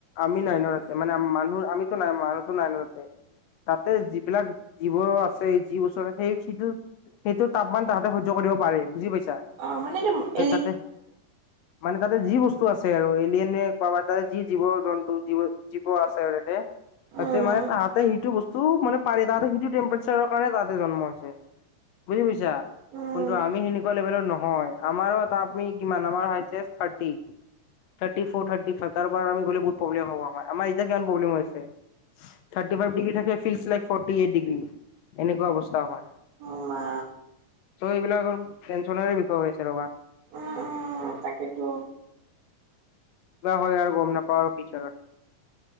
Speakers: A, on the left (about 70°); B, on the right (about 85°).
A: আমি নাই ন তাতে মানে মানুহ আমিতো নাই মানুহতো নাই ন তাতে। তাতে যিবিলাক জীৱ আছে যি চৰ সেই সিটো। সেইটো তাপমান তাহাঁতে সহ্য কৰিব পাৰে বুজি পাইছ।
B: অ মানে এটো।
A: স তাতে মানে তাতে। যি বস্তু আছে আৰু এলিয়ান কাব তাৰে যি জীৱ জন্তু জীৱ জীৱ আছে আৰু তাতে।
B: উম
A: তাতে মানে তাহাঁতে সেইটো বস্তু মানে পাৰি তাহতে সেইটো টেম্পচাৰৰ কাৰণে তাহতে জন্ম হৈছে বুজি পাইছা
B: উম
A: কিন্তু আমি সেনেকুৱা লেভেলত নহয় আমাৰো আ আপমি কিমান আমাৰ হাইছে থাৰটি থাৰ্টি ফত থাৰ্টি ফ তাৰ আম গলে বহু প্ৰব্লেম হব আমাৰ আমাৰ ইতিয়া কিমান প্ৰব্লেম হৈ আছে থাৰ্টি ফাইভ ডিগ্ৰী থাকে feel like forty eight degree এনেকুৱা অৱস্থা হয়
B: অ মা
A: ত' এইবিলাকৰ টেনচনে বিষয় হৈছে ৰবা।
B: উম উম তাকেতো
A: কিব হয় আৰু গম নাপাও ফিউচাৰত